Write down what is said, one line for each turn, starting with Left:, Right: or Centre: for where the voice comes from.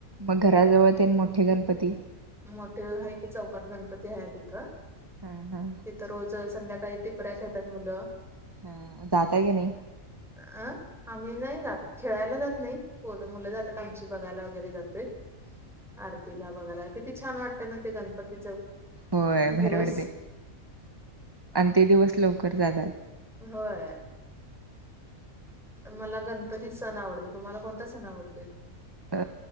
Right: मग घराजवळ तेन मोठे गणपती.
Centre: मोठे हाय की चौकात गणपती आहे तिथं
Right: हा हा
Centre: तिथं रोज संध्याकाळी टीपऱ्या खेळतात मुलं.
Right: हा जाताय की नाही.
Centre: अ, आम्ही नाही जात खेळायला जात नाही कोण मुलं जातात आमची बघायला वगैरे जातोय. आरतीला बघायला किती छान वाटतं ना ते गणपतीच.
Right: होय
Centre: दिवस
Right: भर वाटतय आणि ते दिवस लवकर जातात.
Centre: होय मला गणपतीत सण आवडतोय, तुम्हाला कोणता सण आवडतोय?
Right: अ